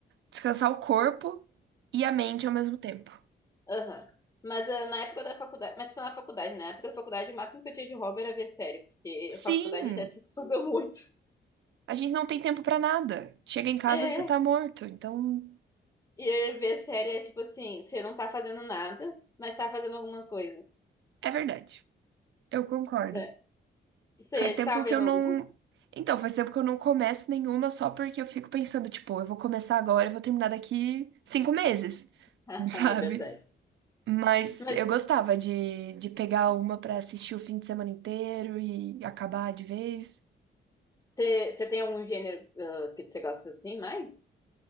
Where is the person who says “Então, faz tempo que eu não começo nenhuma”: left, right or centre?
Right